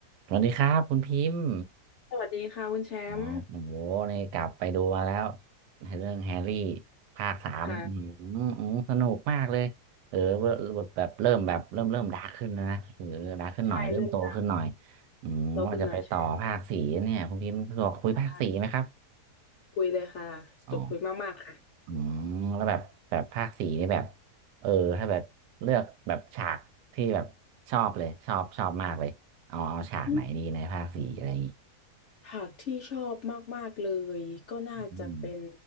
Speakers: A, on the right; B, on the left.
A: สวัสดีครับคุณพิมพ์
B: สวัสดีค่ะคุณแชมป์
A: อ๋อโอ้โหนี่กลับไปดูมาแล้วในเรื่องแฮร์รี่ภาคสามอืม
B: ค่ะ
A: อืมสนุกมากเลย เออเวอร์แบบแบบเริ่มแบบเริ่มเริ่มดาร์กขึ้นแล้วนะเออดาร์กขึ้นหน่อยเริ่มโตขึ้นหน่อย
B: ใช่เริ่มละ
A: อืมว่าจะไปต่อภาคสี่เนี่ยคุณพิมพ์สะดวกคุยภาคสี่ไหมครับ
B: โตขึ้นหน่อยใช่ค่ะคุยเลยค่ะสนุกคุยมากๆค่ะ
A: อ๋ออืมแล้วแบบแบบภาคสี่นี่แบบเออถ้าแบบเลือกแบบฉากที่แบบชอบเลยชอบชอบมากเลยเอาเอาฉากไหนดีในภาคสี่อะไรอย่างงี้
B: อืมหากที่ชอบมากๆเลยก็น่าจะเป็น
A: อืม